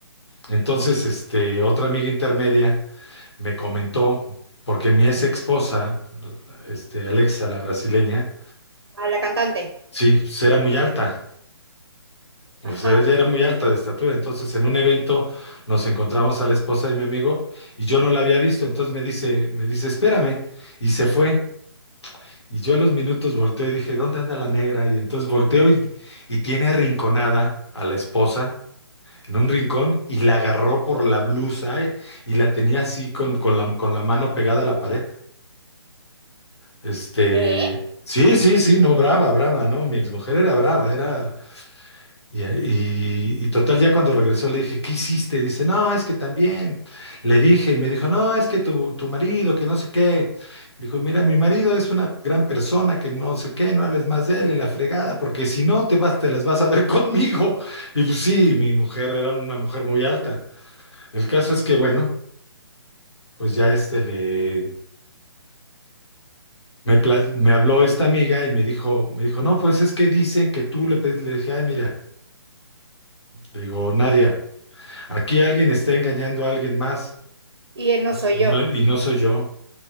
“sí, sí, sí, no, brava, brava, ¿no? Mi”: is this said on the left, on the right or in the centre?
Left